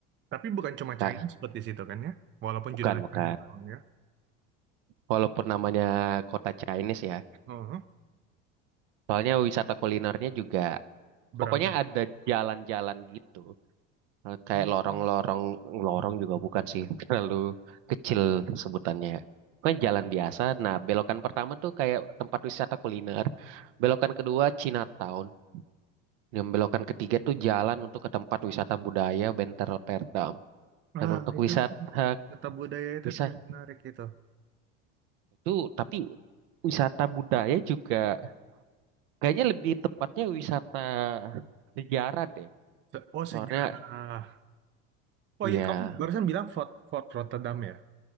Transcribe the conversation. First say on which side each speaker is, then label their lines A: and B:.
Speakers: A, on the right; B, on the right.
A: Tapi bukan cuma
B: Kak,
A: Chinese food di situ kan ya? Walaupun
B: bukan
A: judulnya
B: bukan.
A: Chinatown ya.
B: Walaupun namanya kota Chinese ya,
A: Oh,
B: soalnya wisata kulinernya juga.
A: beragam.
B: Pokoknya ada jalan-jalan gitu. Eh, Kayak
A: Hmm.
B: lorong-lorong, lorong juga bukan sih, <laughs> terlalu kecil sebutannya. Kan jalan biasa. Nah, belokan pertama tuh kayak tempat wisata kuliner. Belokan kedua Chinatown. Dan belokan ketiga tuh jalan untuk ke tempat wisata budaya Benteng Rotterdam. Dan
A: Ah,
B: untuk
A: itu
B: wisata
A: tuh. Tetap budaya itu
B: wisata
A: tuh yang menarik itu.
B: itu tapi wisata budaya juga kayaknya lebih tepatnya wisata sejarah deh.
A: Se- Oh sejarah.
B: Soalnya
A: Oh
B: iya,
A: iya kamu barusan bilang Fort Fort Rotterdam ya.